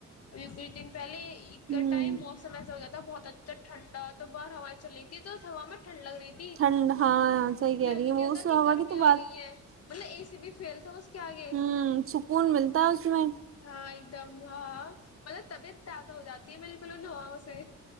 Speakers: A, on the left; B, on the right.
A: <inaudible> دن پہلی عید کا
B: ہوں
A: ٹائم موسم ایسا ہو بہت اچھا ھڈا تو بر ہوائیں چل رہ تھی تو اس ہوا میں ٹھنڈ لگ رہی تھی
B: ٹھنڈ ہاں صحیح کہہ
A: لگی
B: رہی ہے وہ
A: گیا
B: اس
A: تھا
B: ہوا
A: کہ گرمی
B: کی تو
A: آ
B: بات
A: گئی ہے مطلب اے سی بھی فیل تھا بس کے آگے
B: ہوں سکون ملتا ہے اس میں
A: ہاں ایک دم ہاں مطلب طبیعت تار تو ہو جاتی ہے بالکل ان ہواؤں سے